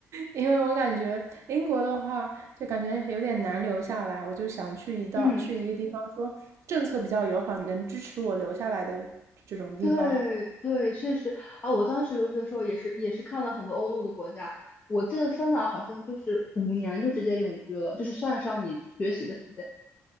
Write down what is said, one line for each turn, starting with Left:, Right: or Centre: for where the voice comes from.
Right: 因为我感觉英国的话，就感觉有点难留下来，我就想去一道去一个地方，
Left: 嗯，
Right: 说政策比较友好，能支持我留下来的这种地方。
Left: 对对，确实啊，我当时留学的时候也是也是看了很多欧陆的国家，我记得芬兰好像就是五年就直接永居了，就是算上你学习的时间，